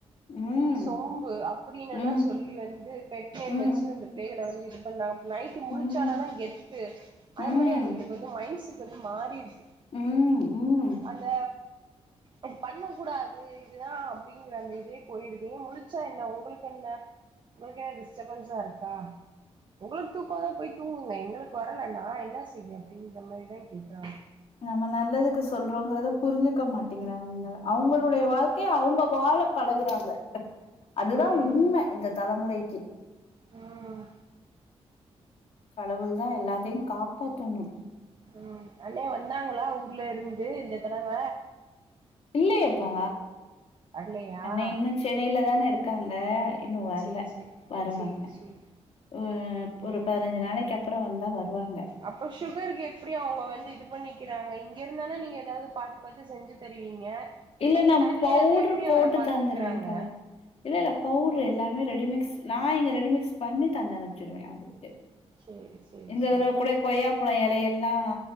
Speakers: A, on the left (about 60°); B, on the right (about 45°).
A: ம்,
B: நீ சொம்பு அப்படின்னெல்லா
A: ம்,
B: சொல்லி வந்து பெட் நேம்
A: ம்,
B: வெச்சு வந்து பிள்ளைகள வந்து இது பண்ணாங்க அப்ற நைட்டு
A: ம்,
B: முழிச்சானாதா கெத்து
A: ம்,
B: அது மாரி அந்த இந்த மைண் செட் வந்து மாறிற்து
A: ம், ம்.
B: அந்த அது பண்ண கூடாது இதுதா அப்டிங்கிற அந்த இதே போயிடுது ஏ முழுச்சா என்னா உங்களுக்கென்ன உங்களுக் ஏ டிஸ்டப்பன்ஸா இருக்கா உங்களுக்கு தூக்கோ வந்தா போய் தூங்குங்க எங்களுக்கு வரல நா என்ன செய்ய அப்டின்ற மாரிதா கேக்குறாங்க
A: நாம நல்லதுக்கு சொல்றோங்கிறத புரிஞ்சுக்க மாட் டிங்கிறாங்கங்க அவங்களுடைய
B: ம்
A: வாழ்க்கைய அவுங்க வாழ பழகுறாங்க அதுதா
B: ம்
A: உண்ம இந்த தலமுறைக்கு
B: ம்
A: கடவுள் தா எல்லாத்தியு காப்பாத்தணு
B: ம் அண்ணே வந்தாங்களா ஊர்ல இருந்து இந்த தடவ
A: இல்லையேப்பா
B: வரலையா
A: அண்ணே இன்னு சென்னையில தான இருக்காங்க இன்னு வரல
B: சேரி சேரி
A: வருவாங்க
B: சேரி சேரி
A: ஒ அ
B: ம்
A: ஒரு பதினஞ்சு நாளைக்கு அப் பறோ வந்தா வருவாங்க
B: அப்ப சுகருக்கு எப்டி அவுங்க வந்து இது பண்ணிக்கிறாங்க இங்க இருந்தான நீங்க எதாவ்து பாத்து பாத்து செஞ்சு தருவீங்க
A: இல்ல
B: அங்க
A: நா
B: தனியா
A: பவுட்ரு
B: இருந்து எப்டி
A: போட்டு
B: அவர பாத்துக்கறாங்க
A: தந்துருவேம்பா இல்ல இல்ல பவுட்ரு
B: ம்
A: எல்லாமே ரெடிமிக்ஸ் நா இங்க ரெடிமிக்ஸ் பண்ணி தந்து அனுப்ச்சுருவ அவுங்ளுக்கு
B: சேரி சேரி
A: இந்த
B: சேரி
A: தடவ கூட கொய்யாப்பழோ எலையெல்லா